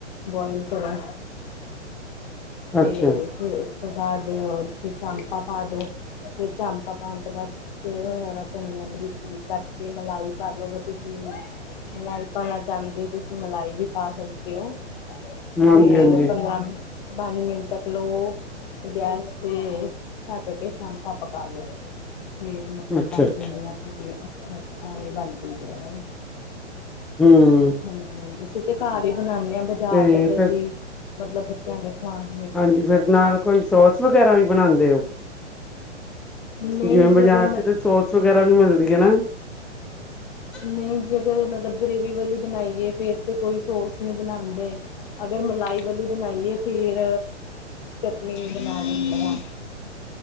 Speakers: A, on the left (about 45°); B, in the centre.
A: ਬੋਇਲ ਕਰੋ। ਤੇ
B: ਅੱਛਾ
A: ਫਿਰ ਉਸ ਤੋਂ ਬਾਅਦ ਚ ਚਮਪਾਂ ਪਾ ਦੋ। ਫਿਰ ਚਾਮਪਾਂ ਪਾਣ ਤੋਂ ਬਾਅਦ ਤੇ ਹੁਣ ਹਰਾ ਧਨੀਆ ਬਰੀਕ-ਬਰੀਕ ਕੱਟ ਕੇ, ਮਲਾਈ ਪਾਲੋਗੇ ਤੁਸੀਂ। ਮਲਾਈ ਪਾਣਾ ਚਾਂਦੇ ਓ, ਤੁਸੀਂ ਮਲਾਈ ਵੀ ਪਾ ਸਕਦੇ ਓ
B: ਹਾਂਜੀ
A: ਫੇਰ
B: ਹਾਂਜੀ
A: ਪੰਦਰਾਂ, ਪੰਜ ਮਿੰਟ ਤੱਕ ਲੋ ਗੈਸ ਤੇ ਢੱਕ ਕੇ ਚਮਪਾਂ ਪਕਾ ਲੋ, ਫੇਰ ਮਤਲਬ
B: ਅੱਛਾ
A: ਬਣ
B: ਅੱਛਾ
A: ਜਾਂਦੀਆ। ਪੂਰੀ ਅੱਛਾ, ਐਵੇ ਵੀ ਬਣ ਜਾਂਦੀਆਂ ਨੇ।
B: ਹਮ।
A: ਹਾਂਜੀ-ਹਾਂਜੀ, ਅਸੀਂ ਤੇ ਘਰ ਹੀ ਬਣਾਉਂਦੇ ਹਾਂ ਬਾਜ਼ਾਰ
B: ਤੇ
A: ਦਾ ਤਾਂ
B: ਫਿਰ
A: ਅਸੀਂ ਮਤਲਬ ਬੱਚਿਆਂ ਨੂੰ ਖਵਾਣ
B: ਹਾਂਜੀ, ਫਿਰ ਨਾਲ ਕੋਈ ਸੋਸ ਵਗੈਰਾ ਵੀ ਬਣਾਉਂਦੇ ਹੋ?
A: ਨਹੀਂ
B: ਜਿਵੇਂ
A: ਜੇ
B: ਬਾਜ਼ਾਰ
A: ਅਗਰ ਮ
B: ਚ ਤਾਂ ਸੋਸ ਵਗੈਰਾ ਵੀ ਮਿਲਦੀ ਹੈ ਨਾ <inaudible>
A: ਨਹੀਂ ਜੀ ਜੇ ਅਗਰ ਮਤਲਬ ਗ੍ਰੇਵੀ ਵਾਲੀ ਬਣਾਈਏ ਫੇਰ ਤੇ ਕੋਈ ਸੋਸ ਨਹੀਂ ਬਣਾਉਂਦੇ। ਅਗਰ ਮਲਾਈ ਵਾਲੀ ਬਣਾਈਏ ਫਿਰ ਨੀਂਦ ਲਾਂ ਲੈਂਦੇ ਹਾਂ,